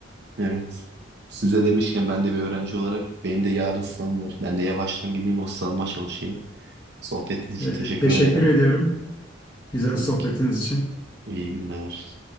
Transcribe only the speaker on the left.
Ee,
teşekkür
ediyorum güzel
sohbetiniz için.